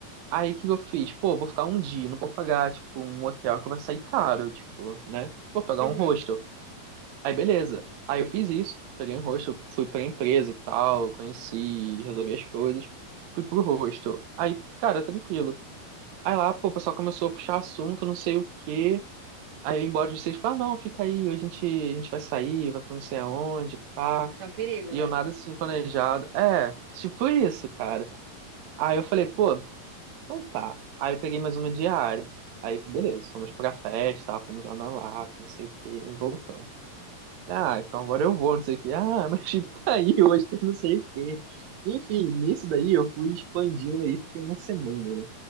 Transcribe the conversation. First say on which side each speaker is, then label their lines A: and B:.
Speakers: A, on the right; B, on the right.
A: Aí o que que eu fiz? Pô, vou ficar um dia, não vou pagar, tipo, um hotel que vai sair caro, tipo, né? Vou pagar
B: Uhum.
A: um hostel. Aí beleza. Aí eu fiz isso, peguei um hostel, fui pra empresa e tal, conheci, resolvi as coisas, fui pro hostel. Aí, cara, tranquilo. Aí lá, pô, o pessoal começou a puxar assunto, não sei o quê. Aí eu ia embora de vocês, falar, não, fica aí, hoje a gente, a gente vai sair, vai pra não sei aonde, pá.
B: Isso é um perigo,
A: E
B: né?
A: eu nada assim planejado. É, tipo isso, cara. Aí eu falei, pô, então tá. Aí eu peguei mais uma diária. Aí, beleza, fomos pra festa, tá? fomos lá na Lapa, não sei o quê, e voltamos. Ah, então agora eu vou, não sei o quê. Ah, <laughs> mas fica aí, hoje tem não sei o quê. Enfim, nisso daí eu fui expandindo aí, fiquei uma semana, né?